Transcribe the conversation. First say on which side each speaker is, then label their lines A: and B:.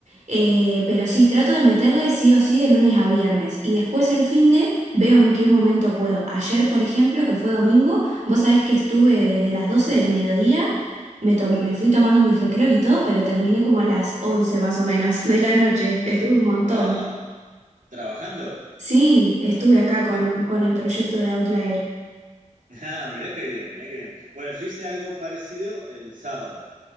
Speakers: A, on the right; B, on the right.
A: Eh, pero sí, trato de meterle sí o sí de lunes a viernes. Y después el fin de veo en qué momento puedo. Ayer, por ejemplo, que fue domingo, vos sabés que estuve desde las 12 del mediodía. Me, to- me fui tomando mis recreos y todo, pero terminé como a las 11 más o menos de la noche.
B: ¿Eh?
A: Estuve un montón.
B: ¡Wow! ¿Trabajando?
A: Sí, estuve acá con,
B: ¿Qué?
A: con el proyecto de Outlier.
B: Ah, mirá qué bien, mirá qué bien. Bueno, yo hice algo parecido el sábado,